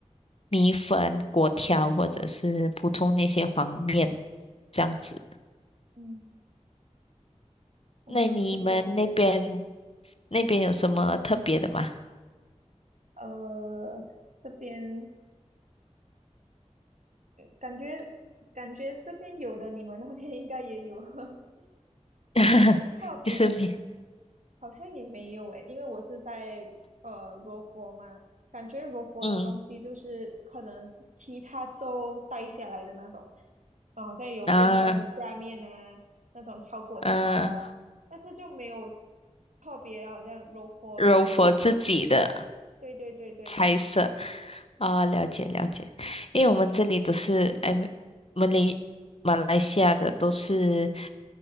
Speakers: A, on the left; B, on the right.
A: 米粉、粿条，或者是普通那些黄面这样子。
B: 嗯，我没有吃过。
A: 那你们那边那边有什么特别的吗？
B: 呃，这边呃感觉感觉这边有的，你们那边应该也有 <laughs>
A: <laughs>
B: 什么特别的？
A: 就是面，
B: 好像也没有诶，因为我是在呃罗佛嘛，感觉罗佛的东西就是可能其他州带下来的那种，
A: 嗯
B: 啊，好像有冰城下面啊那种炒粿条啊，
A: 啊。嗯，
B: 但是就没有特别好像罗佛自己，
A: 柔佛自己的
B: 对对对对，
A: 猜测啊，了解了解，因为我们这里都是哎，们来马来西亚的都是